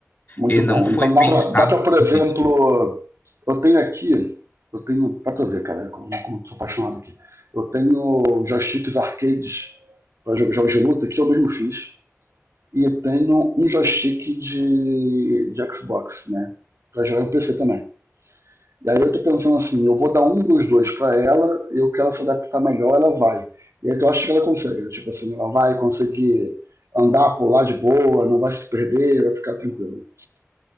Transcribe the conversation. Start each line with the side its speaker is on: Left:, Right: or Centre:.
Right: muito
Left: e não
Right: bom.
Left: foi
Right: Então dá
Left: pensado
Right: pra, dá pra,
Left: para
Right: por
Left: ser
Right: exemplo,
Left: difícil.
Right: eu tenho aqui, eu tenho, pra tu ver, cara, como, como eu sou apaixonado aqui. Eu tenho joysticks arcades para jogos jogos de luta que eu mesmo fiz e tenho um joystick de, de Xbox, né, para jogar no PC também. E aí eu tô pensando assim, eu vou dar um dos dois para ela, eu quero se adaptar melhor, ela vai. E aí tu acha que ela consegue, né? tipo assim, ela vai conseguir andar, pular de boa, não vai se perder, vai ficar tranquilo.